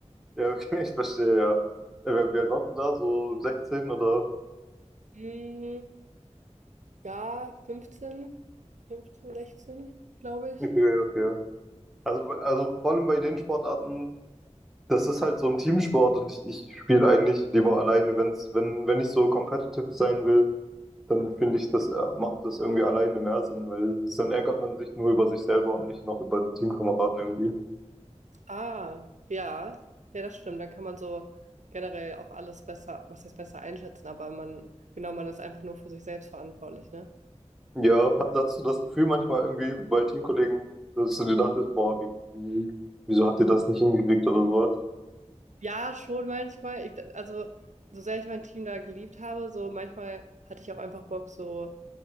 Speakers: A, in the centre; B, on the right (about 85°).
A: Ja, okay, <laughs> ich verstehe, ja. Äh, Wie alt warst du da? So 16 oder?
B: Mm, ja, 15, 15, 16, glaube ich.
A: Okay, okay. Also, also vor allem bei den Sportarten, das ist halt so ein Teamsport und ich, ich spiele eigentlich lieber alleine. Wenn's, wenn, wenn ich so competitive sein will, dann finde ich, das äh, macht das irgendwie alleine mehr Sinn, weil dann ärgert man sich nur über sich selber und nicht noch über die Teamkameraden irgendwie.
B: Ah, ja, ja, das stimmt. Dann kann man so generell auch alles besser, was heißt besser einschätzen, aber man, genau, man ist einfach nur für sich selbst verantwortlich, ne?
A: Ja, hat- hast du das Gefühl manchmal irgendwie bei Teamkollegen, dass du dir dachtest, boah, wie, wie, wieso habt ihr das nicht hingekriegt oder sowas?
B: Ja, schon manchmal. Ich, also, so sehr ich mein Team da geliebt habe, so manchmal hatte ich auch einfach Bock, so